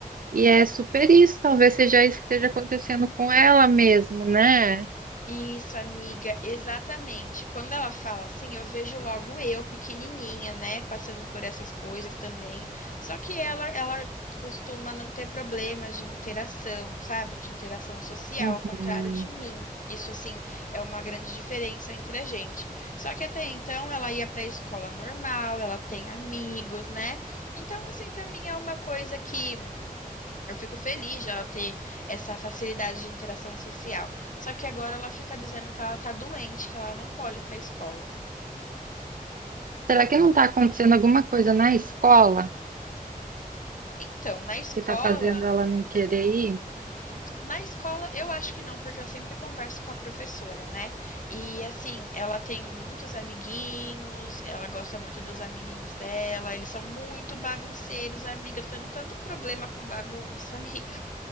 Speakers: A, on the right (about 70°); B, on the left (about 60°).
A: E é super isso, talvez seja isso que esteja acontecendo com ela mesmo, né?
B: Isso, amiga, exatamente. Quando ela fala assim, eu vejo logo eu, pequenininha, né, passando por essas coisas também. Só que ela, ela costuma não ter problemas de interação, sabe? De interação social,
A: Uhum.
B: ao contrário de mim. Isso, assim, é uma grande diferença entre a gente. Só que até então ela ia para a escola normal, ela tem amigos, né? Então, assim, para mim é uma coisa que. Eu fico feliz de ela ter essa facilidade de interação social. Só que agora ela fica dizendo que ela tá doente, que ela não pode ir pra escola.
A: Será que não está acontecendo alguma coisa na escola
B: Então, na escola.
A: que está fazendo ela não querer ir?
B: hum, na escola, eu acho que não, porque eu sempre converso com a professora, né? E assim, ela tem muitos amiguinhos, ela gosta muito dos amiguinhos dela, eles são muito bagunceiros, amiga. Eu tô tendo tanto problema com bagunça, <laughs> amiga.